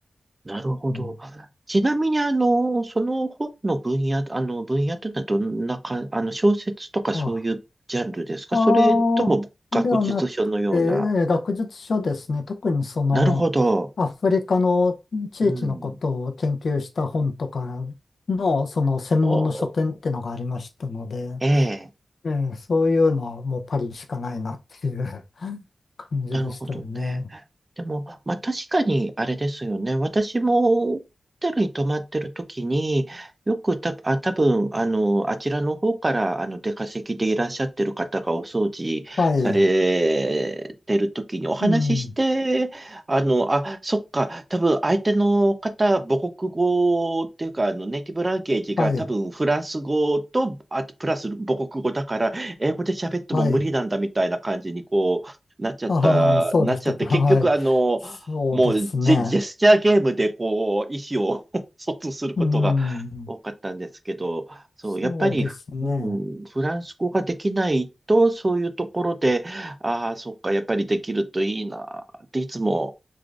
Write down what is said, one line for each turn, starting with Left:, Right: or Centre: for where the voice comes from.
Right: なるほど。
Left: うん。
Right: ちなみに、あの、その本の分野、あの、分野というのはどんなか、あの、小説とかそういうジャンルですかそれとも学術書のような。
Left: あああ、ではなくて、えー学術書ですね。特にその、
Right: なるほど。
Left: アフリカの地域のことを研究した本とかの、
Right: うん。
Left: その専門の書店ってのがありましたので、
Right: お、ええ
Left: えーそういうのはもうパリしかないなっていう <laughs> 感じでしたよね。
Right: なるほどね。でも、まあ確かにあれですよね。私もホテルに泊まってる時に、よくた、あ、多分、あの、あちらの方から、あの、出稼ぎでいらっしゃってる方がお掃除されてる時にお話しして、
Left: はい。うん。
Right: あの、あ、そっか、多分相手の方、母国語っていうか、あの、ネイティブランゲージが多分フランス語と、
Left: はい。
Right: あとプラス母国語だから、英語で喋っても無理なんだみたいな感じに、
Left: はい。
Right: こう、なっちゃった、
Left: ああ、そうでしたか。
Right: なっちゃって、結局、
Left: はい。
Right: あの、
Left: そうですね。
Right: もうジェ、ジェスチャーゲームで、こう、意思を <laughs> 疎通することが多かったんですけど、
Left: うん。
Right: そう、
Left: そうですね。
Right: やっぱり、うん、フランス語ができないと、そういうところで、ああ、そっか、やっぱりできるといいな、っていつも